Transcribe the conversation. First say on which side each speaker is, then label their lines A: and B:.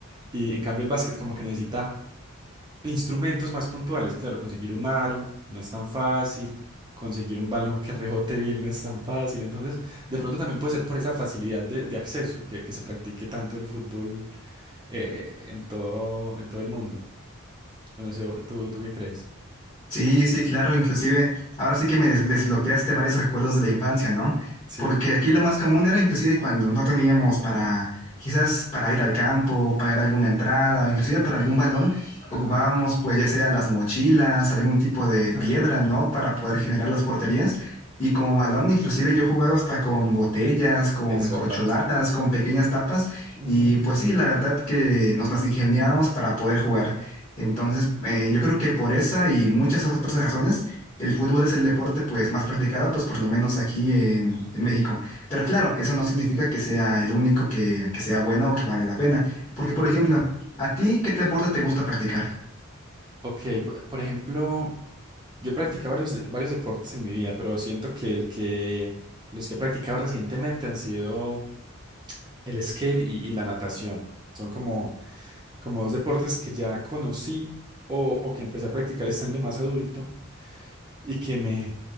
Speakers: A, on the right; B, on the left.
A: Y en cambio el básquet como que necesita Instrumentos más puntuales, claro, conseguir un aro no es tan fácil, conseguir un balón que rebote bien no es tan fácil, entonces de pronto también puede ser por esa facilidad de, de acceso que, que se practique tanto el fútbol eh, eh, en todo, en todo el mundo. No sé, ¿tú, tú qué crees?
B: Sí, sí, claro, inclusive ahora sí que me des- desbloqueaste varios recuerdos de la infancia, ¿no?
A: Sí,
B: Porque aquí lo más común era inclusive cuando no teníamos para, quizás para ir al campo, pagar alguna entrada, o inclusive para algún balón,
A: ajá,
B: ocupábamos pues ya sea las mochilas, algún tipo de
A: <laughs> ajá,
B: piedra, ¿no? Para poder
A: sí,
B: generar las porterías. Y como balón, inclusive yo he jugado hasta con botellas, con
A: es verdad.
B: corcholatas, con pequeñas tapas,
A: Ujú.
B: y pues sí, la verdad que nos las ingeniábamos para poder jugar. Entonces, eh, yo creo que por esa y muchas otras razones, el fútbol es el deporte pues más practicado, pues por lo menos aquí en, en México. Pero claro, eso no significa que sea el único que, que sea bueno o que valga la pena. Porque,
A: Ok.
B: por ejemplo, ¿a ti qué deporte te gusta practicar?
A: Ok, po- por ejemplo, yo practicado varios, de- varios deportes en mi vida, pero siento que el que los que he practicado recientemente han sido El skate y, y la natación son como, como dos deportes que ya conocí o, o que empecé a practicar estando más adulto y que me,